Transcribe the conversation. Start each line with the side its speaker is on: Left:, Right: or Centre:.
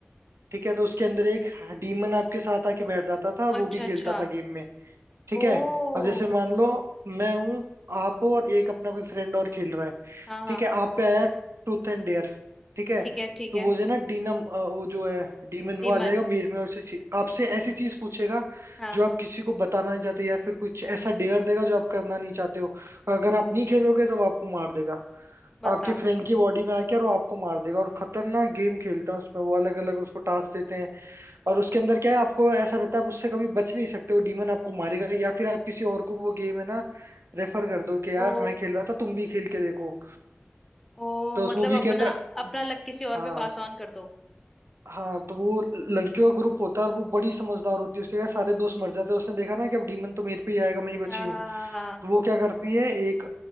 Right: ठीक है तो उसके अंदर एक डीमन आपके साथ आके बैठ जाता था
Centre: अच्छा
Right: वो भी खेलता
Centre: अच्छा
Right: था गेम में ठीक
Centre: ओ
Right: है अब जैसे मान लो मैं हूं आप हो और एक अपना कोई फ्रेंड और खेल रहा है
Centre: हाँ हाँ
Right: ठीक है आप पे आया ट्रूथ एंड डेयर ठीक है
Centre: ठीक है ठीक
Right: तो
Centre: है
Right: वो जो है ना डीनम अ, वो जो है डीमन वो
Centre: दीमन
Right: आ जाएगा मेर में और उससे आपसे ऐसी चीज पूछेगा
Centre: हाँ
Right: जो आप किसी को बताना नहीं चाहते या फिर कुछ ऐसा डेयर देगा जो आप करना नहीं चाहते हो और अगर आप नहीं खेलोगे तो वो आपको मार देगा
Centre: बता
Right: आपके फ्रेंड की बॉडी में आके और वो आपको मार देगा और खतरनाक गेम खेलता है उसमें वो अलग अलग उसको टास्क देते हैं और उसके अंदर क्या है आपको ऐसा रहता है आप उससे कभी बच नहीं सकते वो डीमन आपको मारेगा या फिर आप किसी और को वो गेम है ना रेफर कर दो कि यार
Centre: ओ
Right: मैं खेल रहा था तुम भी खेल के देखो
Centre: ओ
Right: तो उस
Centre: मतलब
Right: मूवी
Centre: अपना
Right: के अंदर
Centre: अपना लक किसी और
Right: हाँ
Centre: पे पास ऑन कर दो
Right: हाँ तो वो लड़कियों का ग्रुप होता है और वो बड़ी समझदार होती है उसके क्या सारे दोस्त मर जाते हैं उसने देखा ना कि अब डीमन तो मेरे पे ही आएगा मैं ही बची
Centre: हाँ
Right: हूँ
Centre: हाँ हाँ हाँ
Right: तो वो क्या करती है एक